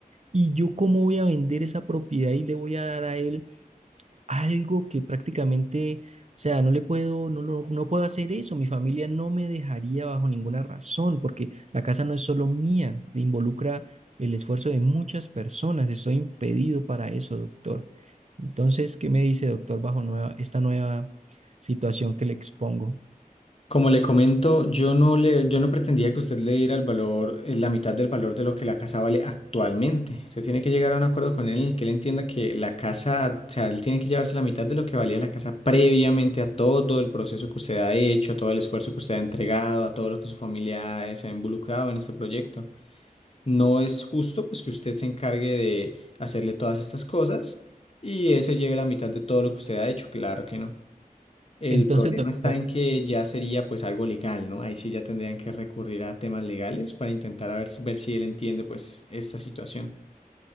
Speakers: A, on the right; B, on the left.
A: ¿Y yo cómo voy a vender esa propiedad y le voy a dar a él algo que prácticamente, o sea, no le puedo, no, lo- no puedo hacer eso, mi familia no me dejaría bajo ninguna razón, porque la casa no es solo mía, involucra el esfuerzo de muchas personas, estoy impedido para eso, doctor. Entonces, ¿qué me dice, doctor, bajo nueva, esta nueva situación que le expongo?
B: Como le comento, yo no le, yo no pretendía que usted le diera el valor, eh, la mitad del valor de lo que la casa vale actualmente. Usted tiene que llegar a un acuerdo con él en el que él entienda que la casa, o sea, él tiene que llevarse la mitad de lo que valía la casa previamente a todo el proceso que usted ha hecho, todo el esfuerzo que usted ha entregado, a todo lo que su familia eh, se ha involucrado en este proyecto. No es justo, pues, que usted se encargue de hacerle todas estas cosas y él se lleve la mitad de todo lo que usted ha hecho. Claro que no. El
A: Entonces,
B: problema
A: doctor,
B: está en que ya sería pues algo legal, ¿no? Ahí sí ya tendrían que recurrir a temas legales para intentar a ver si, ver si él entiende pues esta situación.